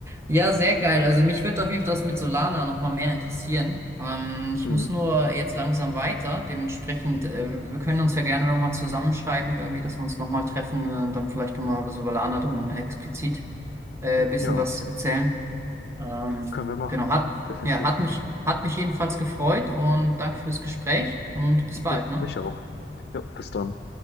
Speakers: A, on the right; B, on the left.
A: Ja, sehr geil. Also mich würde auf jeden Fall das mit Solana nochmal mehr interessieren. Ähm, ich
B: Mhm.
A: muss nur jetzt langsam weiter. Dementsprechend, äh, wir können uns ja gerne nochmal zusammenschreiben, irgendwie, dass wir uns nochmal treffen äh, und dann vielleicht nochmal über Solana dann explizit äh, ein bisschen
B: Ja,
A: was erzählen. Ähm,
B: können wir machen.
A: genau, hat,
B: Definitiv.
A: ja, hat mich, hat mich jedenfalls gefreut und danke fürs Gespräch und bis bald,
B: Ja,
A: ne?
B: mich auch. Ja, bis dann.